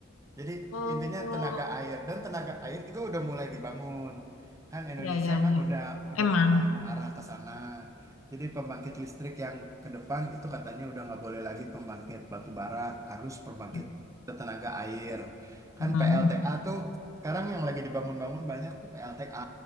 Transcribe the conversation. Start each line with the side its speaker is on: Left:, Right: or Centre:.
Right: Jadi
Left: Oh,
Right: intinya tenaga air dan tenaga air juga udah mulai dibangun. Kan Indonesia
Left: ya, ya,
Right: kan
Left: ya.
Right: udah udah
Left: Emang.
Right: mulai mengarah ke sana. Jadi pembangkit listrik yang ke depan itu katanya udah nggak boleh lagi pembangkit batu bara, harus pembangkit
Left: Mm.
Right: tenaga air. Kan
Left: Hmm,
Right: PLTA tuh sekarang yang lagi dibangun-bangun banyak tuh PLTA.